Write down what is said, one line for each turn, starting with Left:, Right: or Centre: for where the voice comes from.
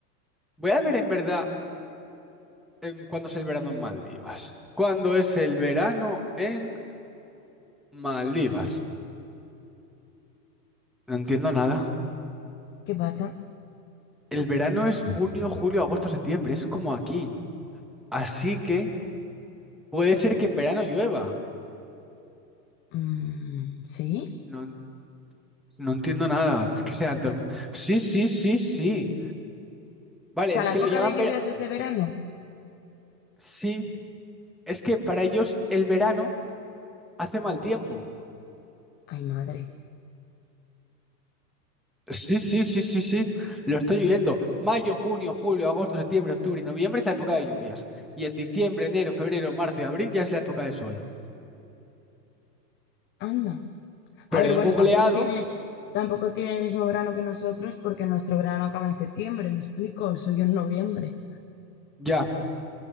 Centre: voy a ver en verdad em, cuándo es el verano en Maldivas. ¿Cuándo es el verano en Maldivas? No entiendo nada.
Left: ¿Qué pasa?
Centre: El verano es junio, julio, agosto, septiembre, es como aquí. Así que puede ser que en verano llueva.
Left: Mm, ¿sí?
Centre: No, no entiendo nada. Es que sean... torm- Sí, sí, sí, sí. Vale,
Left: O sea,
Centre: es
Left: la
Centre: que
Left: época
Centre: lo llaman
Left: de lluvias
Centre: verano.
Left: es de verano.
Centre: Sí, es que para ellos el verano hace mal tiempo.
Left: Ay, madre.
Centre: Sí, sí, sí, sí, sí. Lo estoy viendo. Mayo, junio, julio, agosto, septiembre, octubre y noviembre es la época de lluvias. Y en diciembre, enero, febrero, marzo y abril ya es la época de sol.
Left: Anda.
Centre: Pero
Left: A ver,
Centre: he
Left: bueno,
Centre: googleado,
Left: tampoco tienen, tampoco tienen el mismo verano que nosotros porque nuestro verano acaba en septiembre, me explico, el suyo en noviembre.
Centre: ya.